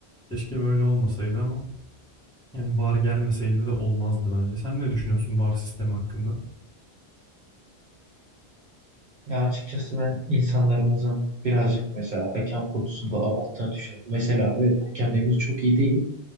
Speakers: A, in the centre; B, on the right.
A: Keşke böyle olmasaydı ama yani VAR gelmeseydi de olmazdı bence. Sen ne düşünüyorsun VAR sistemi hakkında?
B: Ya açıkçası ben insanlarımızın birazcık mesela hakem konusunda abarttığını düşünüyorum. Mesela evet hakemlerimiz çok iyi değil